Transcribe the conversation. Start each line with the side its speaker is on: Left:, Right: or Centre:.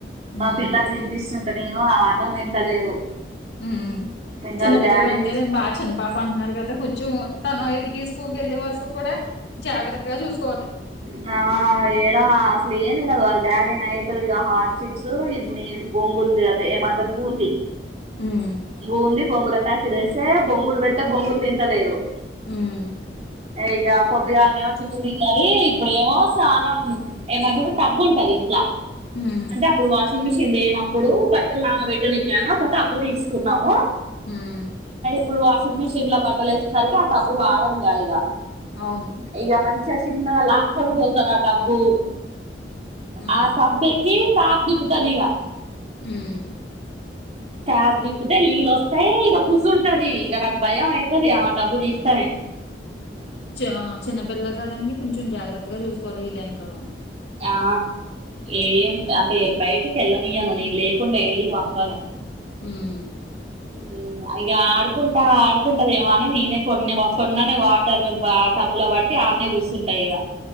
Left: ఉమ్
Right: మా పిల్లలు తినిపిస్తుంది అంత నేను అన్నం తింటలేదు
Left: ఉమ్ ఉమ్
Right: ఇంకా
Left: చిన్నపిల్లలు
Right: వాళ్ళ డాడీ
Left: అంతేలేండి బాగా చిన్న పాప అంటున్నారు కదా అ కొంచెం తను ఎదిగి స్కూల్ కి వెళ్ళే వరకు కూడా జాగ్రత్తగా చూసుకోవాలి
Right: నా ఏడా అసలు ఏమి తినదు వాళ్ళ డాడీ నైటు ఇక హాట్ చిప్స్ ఇన్ని బొంగుల్ ది అదే ఏ మాంటారు బూంది
Left: ఉమ్
Right: బూంది బొంగుల ప్యాకెట్ తెస్తే బొంగులు పెడితే బొంగులు తింటలేదు
Left: ఉమ్
Right: ఇక పొద్దుగాళ్ళనే ఏమో చిప్స్ తిన్నది ఇప్పుడేమో స్నానం ఏమంటూరు టబ్బు ఉంటది ఇంట్లా
Left: ఉమ్
Right: అంటే అప్పుడు వాషింగ్ మిషిన్ లేనప్పుడు బట్టలు నానబట్టనికి అని ఒక డబ్బు తీస్త కున్నాము
Left: ఉమ్
Right: ఇప్పుడు వాషింగ్ మిషన్ లో బట్టలు వేసేసరికి ఆ టబ్బు వాడంగా ఇగ
Left: అవును
Right: ఇక మంచి చిన్నగా లాగుకొని పోతది ఆ టబ్బు
Left: ఉమ్
Right: ఆ టబ్బు ఎక్కి తాప్ తిపుతాదిగా
Left: హమ్
Right: ట్యాబ్ తిప్పితే నీళ్ళ వస్తాయి ఇక కుసుంటది ఇక నాకు భయం అవుతది ఆ టబ్బు తీస్తానే
Left: చా చిన్నపిల్ల కాదండి కొంచెం జాగ్రత్తగా చూసుకోవాలి ఈ టైమ్ లో మనం
Right: ఆ ఏం అంటే బయటకి వెళ్ళనియను నేను లేకుండా ఏడికి పంపాను
Left: హమ్
Right: ఉమ్ ఇక ఆడుకుంటా ఆడుకుంటది ఏమో అని నేనే కొన్ని కొన్నానే వాటర్ బా టబ్బులో బట్టి ఆడన్నే కూర్స్తుంటా ఇక